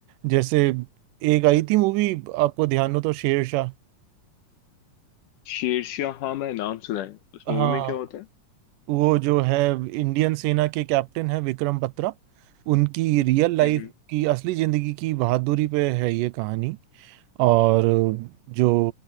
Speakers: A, on the right; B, on the left.
A: जैसे एक आई थी मूवी आपको ध्यान हो तो शेरशाह
B: शेरशाह हाँ मैं नाम सुना है उस
A: हाँ
B: मूवी में क्या होता है
A: वो जो है इंडियन सेना के कैप्टन है विक्रम बत्रा उनकी रियल लाइफ
B: हम्म
A: की असली जिंदगी की बहादुरी पे है ये कहानी और जो